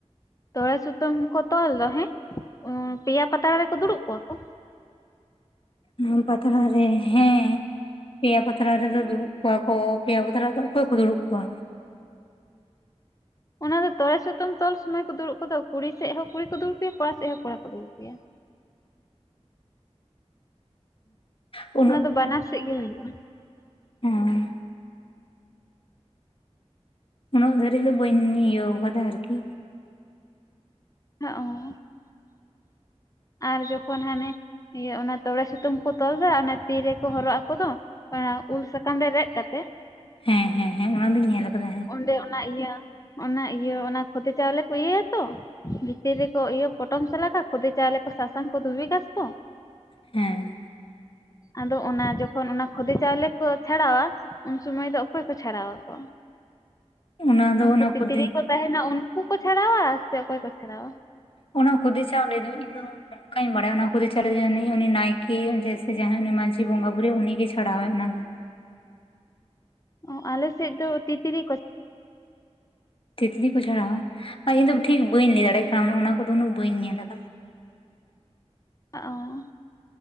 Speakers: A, on the left; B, on the left.
A: ᱛᱚᱲᱮ ᱥᱩᱛᱟᱹᱢ ᱠᱚ ᱛᱚᱞ ᱫᱚ ᱦᱮᱸ ᱚᱸ ᱯᱮᱭᱟ ᱯᱟᱛᱲᱟ ᱨᱮᱠᱚ ᱫᱩᱲᱩᱵ ᱠᱚᱜᱣᱟ ᱠᱚ᱾
B: ᱦᱚᱸ ᱯᱟᱛᱲᱟ ᱨᱮ ᱦᱮᱸ᱾ ᱯᱮᱭᱟ ᱯᱟᱛᱲᱟ ᱨᱮᱫᱚ ᱫᱩᱲᱩᱵ ᱠᱚᱣᱟ ᱠᱚ, ᱯᱮᱭᱟ ᱯᱟᱛᱲᱟ ᱨᱮᱫᱚ ᱚᱠᱚᱭ ᱠᱚ ᱫᱩᱲᱩᱵ ᱠᱚᱣᱟ?
A: ᱚᱱᱟ ᱫᱚ ᱛᱚᱲᱮ ᱥᱩᱛᱢ ᱛᱚᱞ ᱥᱚᱢᱚᱭ ᱠᱚ ᱫᱩᱲᱩᱵ ᱠᱚᱫᱚ ᱠᱩᱲᱤ ᱥᱮᱜ ᱦᱚᱸ ᱠᱩᱲᱤ ᱠᱚ ᱫᱩᱲᱩᱵᱯᱮᱭᱟ, ᱠᱚᱲᱟ ᱥᱮᱡ ᱦᱚᱸ ᱠᱚᱲᱟ ᱠᱚ ᱫᱩᱲᱩᱵᱯᱮᱭᱟ᱾
B: ᱦᱩᱸ᱾
A: ᱚᱱᱟ ᱫᱚ ᱵᱟᱱᱟᱨ ᱥᱮᱫ ᱜᱮ ᱦᱩᱭᱩᱜᱼᱟ᱾
B: ᱚᱸ᱾ ᱩᱱᱟᱹᱜ ᱫᱷᱟᱹᱨᱤᱡ ᱫᱚ ᱵᱟᱹᱧ ᱤᱭᱟᱹ ᱠᱟᱫᱟ ᱟᱨᱠᱤ᱾
A: ᱦᱟᱜᱼᱚ ᱟᱨ ᱡᱚᱠᱷᱚᱱ ᱦᱟᱸᱱᱮ ᱤᱭᱟᱹ ᱚᱱᱟ ᱛᱚᱲᱮ ᱥᱩᱛᱟᱹᱢ ᱠᱚ ᱛᱚᱞ ᱫᱚ ᱚᱱᱟ ᱛᱤᱨᱮᱠᱚ ᱦᱚᱨᱚᱜ ᱟᱠᱚ ᱫᱚ, ᱚᱱᱟ ᱩᱞ ᱥᱟᱠᱟᱢ ᱨᱮ ᱨᱮᱫ ᱠᱟᱛᱮᱜ
B: ᱦᱮᱸ ᱦᱮᱸ ᱦᱮᱸ ᱚᱱᱟ ᱫᱚᱧ ᱧᱮᱞ ᱠᱟᱫᱟ ᱦᱮᱸ᱾
A: ᱚᱸᱰᱮ ᱚᱱᱟ ᱤᱭᱟᱹ ᱚᱱᱟ ᱤᱭᱟᱹ ᱚᱱᱟ ᱠᱷᱚᱫᱮ ᱪᱟᱣᱞᱮ ᱠᱚ ᱤᱭᱟᱹᱭᱟ ᱛᱚ, ᱵᱷᱤᱛᱤᱨ ᱨᱮᱠᱚ ᱤᱭᱟᱹ ᱯᱚᱴᱚᱢ ᱥᱟᱞᱟᱜᱟ ᱠᱷᱚᱫᱮ ᱪᱟᱣᱞᱮ ᱠᱚ ᱥᱟᱥᱟᱝ ᱠᱚ ᱫᱷᱩᱵᱤ ᱜᱷᱟᱥ ᱠᱚ,
B: ᱦᱮᱸ
A: ᱟᱫᱚ ᱚᱱᱟ ᱡᱚᱠᱷᱚᱱ ᱚᱱᱟ ᱠᱷᱚᱫᱮ ᱪᱟᱣᱞᱮ ᱠᱚ ᱪᱷᱟᱲᱟᱣᱟ ᱩᱱ ᱥᱚᱢᱟᱹᱭ ᱫᱚ ᱚᱠᱚᱭ ᱠᱚ ᱪᱷᱟᱲᱟᱣ ᱟᱠᱚ
B: ᱚᱱᱟ ᱫᱚ
A: ᱩᱱᱠᱩ
B: ᱚᱱᱟ
A: ᱛᱤᱛᱨᱤ
B: ᱠᱷᱚᱫᱮ
A: ᱠᱚ ᱛᱟᱦᱮᱱᱟ ᱩᱱᱠᱩ ᱠᱚ ᱪᱷᱟᱲᱟᱣᱟ ᱥᱮ ᱚᱠᱚᱭ ᱠᱚ ᱪᱷᱟᱲᱟᱣᱟ?
B: ᱚᱱᱟ ᱠᱷᱩᱫᱮ ᱪᱟᱣᱞ ᱫᱚ ᱤᱧ ᱫᱚ ᱱᱚᱝᱠᱟᱧ ᱵᱟᱲᱟᱭᱟ ᱚᱱᱟ ᱠᱚᱫᱚ ᱪᱟᱞᱣᱞᱮ ᱡᱟᱝ ᱩᱱᱤ ᱱᱟᱭᱠᱮ ᱡᱮᱭᱥᱮ ᱡᱟᱦᱟᱸᱭ ᱩᱱᱤ ᱢᱟᱹᱡᱷᱤ ᱵᱚᱸᱜᱟ ᱵᱩᱨᱩᱳ ᱩᱱᱤᱜᱮᱭ ᱪᱷᱟᱲᱟᱣᱟᱭ ᱚᱱᱟ ᱫᱚ
A: ᱚ ᱟᱞᱮᱥᱮᱫ ᱫᱚ ᱛᱤᱛᱨᱤ ᱠᱚ
B: ᱛᱤᱛᱨᱤ ᱠᱚ ᱪᱷᱟᱲᱟᱣᱟ ᱟᱨ ᱤᱧᱫᱚ ᱴᱷᱤᱠ ᱵᱟᱹᱧ ᱞᱟᱹᱭ ᱫᱟᱲᱮᱭᱟᱜ ᱠᱟᱱᱟ ᱚᱱᱟ ᱠᱚᱫᱚ ᱩᱱᱟᱹᱜ ᱵᱟᱹᱧ ᱧᱮᱞ ᱟᱠᱟᱫᱟ᱾
A: ᱚ